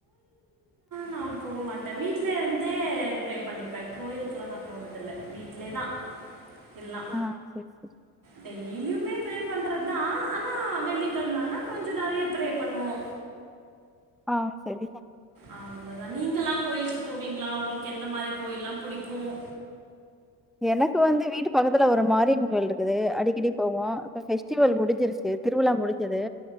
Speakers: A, on the right; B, in the centre.
A: நா போ மாட்டே வீட்ல இருந்தே பிரே பண்ணிப்ப கோயிலுக்கெல்லா நா போனதுல்ல வீட்லே தா எல்லா
B: ஆ சரி, சரி.
A: டெய்லியுமே பிரே பண்றது தா ஆனா வெள்ளிக்கெழம ஆனா கொஞ்ச நெறைய பிரே பண்ணுவோ
B: ஆ சரி
A: அவ்ளோதா நீங்க எல்லா கோயிலுக்கு போவீங்களா உங்களுக்கு எந்த மாரி கோயில்லா புடிக்கும்
B: எனக்கு வந்து வீட்டு பக்கத்துல ஒரு மாரியம்மன் கோயில் இருக்குது அடிக்கடி போவோ இப்ப ஃபெஸ்டிவல் முடிஞ்சிருச்சு திருவிழா முடிஞ்சது